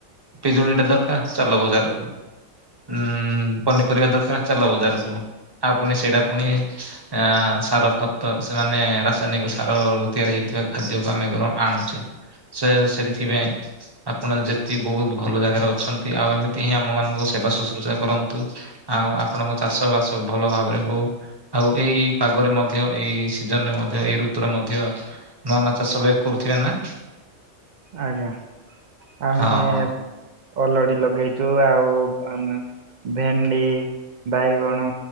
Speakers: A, on the right; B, on the right.
A: ପିଜୁଳିଟେ ଦରକାର ଚାଲ ବଜାରକୁ। ଉଁ ପନିପରିବା ଦରକାର ଚାଲ ବଜାରକୁ, ଆଉ ପୁଣି ସେଇଟା ପୁଣି ଆ ସାର ଖତ, ସେମାନେ ରାସାୟନିକ ସାର ତିଆରି ହେଇଥିବା ଖାଦ୍ୟକୁ ଆମେ ଆଣୁଛେ। ସେ ସେଇଥିପାଇଁ ଆପଣ ଯେତିକି ବହୁତ ଭଲ ଜାଗାରେ ଅଛନ୍ତି, ଆଉ ଏମିତି ହିଁ ଆମ ମାନଙ୍କୁ ସେବା ଶୁଶ୍ରୂଷା କରନ୍ତୁ। ଆଉ ଆପଣଙ୍କ ଚାଷ ବାସ ଭଲ ଭାବରେ ହଉ। ଆଉ ଏଇ ପାଗରେ ମଧ୍ୟ ଏଇ ସିଜନ ରେ ମଧ୍ୟ ଏଇ ଋତୁରେ ମଧ୍ୟ ନୁଆନୂଆ ଚାଷ ପାଇଁ କରୁଥିବେ ନା।
B: ଆଜ୍ଞା ଆମେ
A: ହଁ ହଁ
B: ଅଲଡି ଲଗେଇଚୁ ଆଉ ଆମେ ଭେଣ୍ଡି ବାଇଗଣ